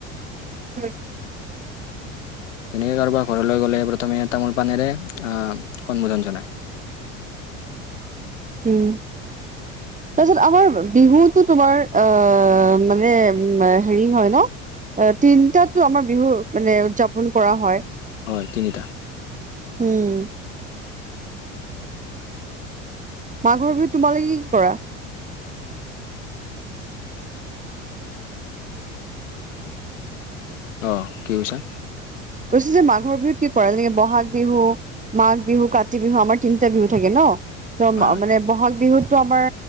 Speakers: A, on the right; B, on the left.
A: উম-
B: তেনেকে কাৰোবাৰ ঘৰলৈ গ'লে প্ৰথমে তামোল পানেৰে আহ সন্মোধন জনায়।
A: উম-
B: <unintelligible>
A: তাৰপিছত আমাৰ বিহুটো তোমাৰ আহ মানে উ হেৰি হয় ন? অ তিনটা টো আমাৰ বিহু মানে উদ্‌যাপন কৰা হয়।
B: হয় তিনিটা
A: উম, মাঘৰ বিহুত তোমালোকে কি কি কৰা
B: অ' কি কৈছা?
A: কৈছো যে মাঘৰ বিহুত কি কৰা যেনেকে বহাগ বিহু মাঘ বিহু, কাতি বিহু আমাৰ তিনিটা বিহু থাকে ন ত
B: হয় হয়
A: মানে বহাগ বিহুত টো আমাৰ